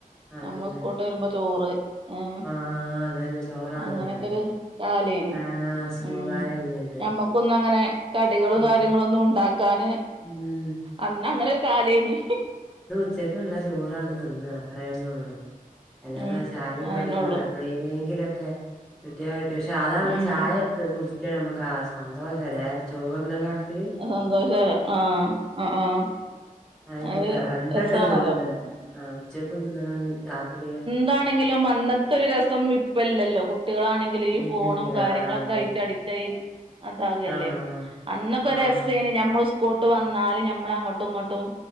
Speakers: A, in the centre; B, on the right.
A: അതന്നെ
B: നമ്മള് സ്കൂള്ട്ട് വരുമ്പോ ചോറ് ഏഹ്
A: ആഹ് അതന്നെ ചോറാണ്
B: അങ്ങനെക്കൊരു
A: തിന്നല്
B: കാലേന്
A: ആഹ് സ്കൂൾക്കാരേനി
B: ഉം
A: അത്
B: ഞമ്മക്ക് ക്കൊന്നും അങ്ങനെ കടികളും
A: ഉം
B: കാര്യങ്ങളൊന്നും ഉണ്ടാക്കാന്
A: ഉം
B: അന്ന് അങ്ങനൊരു കാലേയ്നി
A: ഉച്ചക്കുള്ള ചോറാണന്നിട്ട് തിന്ന്ക അത്രേന്നേ ഉള്ളൂ അല്ലാതെ
B: ഉം
A: ചായെം
B: അയിനൊള്ളു
A: കടിയൊന്നു എപ്ലെങ്കിലൊക്കെ കിട്ടിയാ കിട്ടി പക്ഷെ അതാണ്
B: ഉം
A: ചായേക്ക കുടിച്ച് ക്ക്‌ നമുക്ക് ആഹ് സന്തോഷല്ലേ ചോറിനേം കാട്ടി
B: സന്തോഷാണ് ആഹ് ആഹ് ആഹ്
A: ആഹ് ഇത്
B: ഒരു
A: രണ്ടട്ടം
B: രസാണല്ലോ
A: ചോറുന്നണ്ടെ ആഹ് ഉച്ചക്കും തിന്നണം രാത്രിയ
B: ന്താണെങ്കിലും അന്നത്തെ ഒരു രസം ഇപ്പല്ലല്ലോ കുട്ടികളാണെങ്കിലും ഈ
A: ഇല്ല
B: ഫോണും
A: ഇല്ല
B: കാര്യങ്ങളൊക്കെ
A: ആഹ് അതന്നെ
B: ആയിട്ട് അഡിക്റ്റ് ട്ടേ അതാകല്ലേ
A: ആഹ്
B: അന്നൊക്കെ
A: ആഹ്
B: രസേന് നമ്മള് സ് ള്ട്ട് വന്നാല് ഞമ്മളങ്ങോട്ടും ഇങ്ങോട്ടും